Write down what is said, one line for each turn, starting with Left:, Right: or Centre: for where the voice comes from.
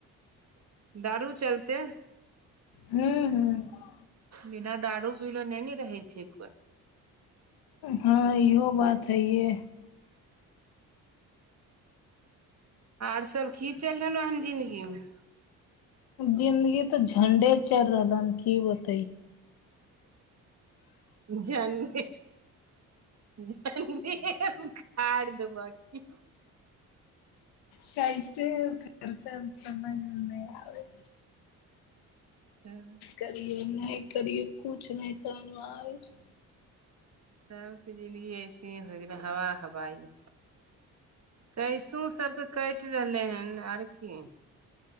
Right: दारू चलते।
Left: हूँ हूँ
Right: बिना दारू पीले नै ने रहे छै कोइ।
Left: ह इहो बात हइहे।
Right: आर सब की चैल रहलौ हन जिन्दगीमे?
Left: जिन्दगी तऽ झंडे चैल रहल हन की बत
Right: झंडे। झंडे उखाड़ देब कि।
Left: कैसे <unintelligible> सममेै नै आबे
Right: <unintelligible>
Left: करिये नै करिये कुछ नै समझमे आबै छै।
Right: सबके जिन्दगी ऐसे ही होइ गेलै हवा हवाई। कैसो सबके कैट रहलेहन आर की